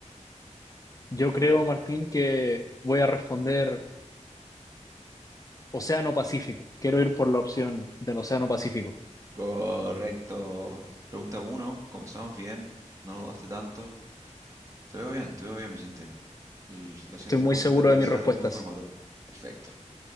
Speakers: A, on the left (about 30°); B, on the right (about 25°).
A: Yo creo, Martín, que voy a responder Océano Pacífico. Quiero ir por la opción del Océano Pacífico.
B: Correcto. Pregunta uno, comenzamos bien, no lo dudaste tanto. Te veo bien, te veo bien, Vicente. L- Las
A: Estoy
B: siguientes
A: muy
B: preguntas
A: seguro
B: también
A: de mis
B: serán
A: respuestas.
B: del mismo formato. Perfecto.